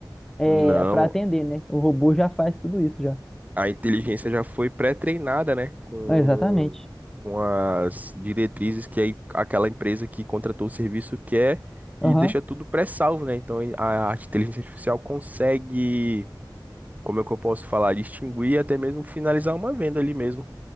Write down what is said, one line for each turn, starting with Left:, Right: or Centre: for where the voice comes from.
Centre: é,
Right: Não,
Centre: para atender, né? O robô já faz tudo isso já.
Right: a inteligência já foi pré-treinada, né? Com,
Centre: Ah, exatamente.
Right: com as diretrizes que aí aquela empresa que contratou o serviço quer e
Centre: Aham.
Right: deixa tudo pré-salvo, né? Então a, a inteligência artificial consegue, como é que eu posso falar, distinguir e até mesmo finalizar uma venda ali mesmo.